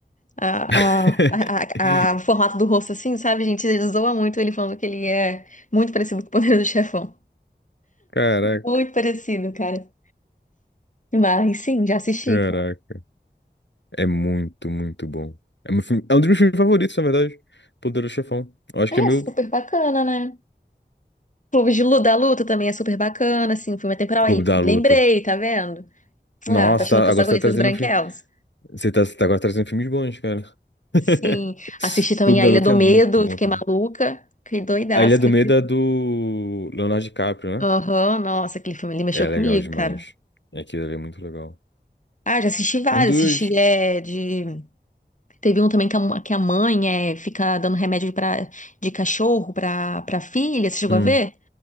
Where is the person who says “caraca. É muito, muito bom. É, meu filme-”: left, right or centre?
Left